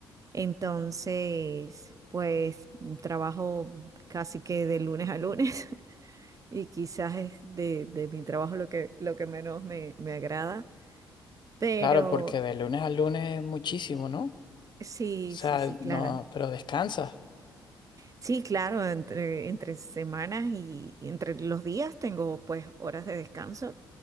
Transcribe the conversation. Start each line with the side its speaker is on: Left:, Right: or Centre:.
Right: Entonces, pues trabajo casi que de lunes a lunes, <laughs> y quizás es de, de mi trabajo lo que, lo que menos me, me agrada, pero
Left: claro, porque de lunes a lunes es muchísimo, ¿no? O
Right: sí,
Left: sea,
Right: sí, sí, claro.
Left: no, pero descansas.
Right: Sí, claro, entre, entre semanas y y entre los días tengo pues horas de descanso,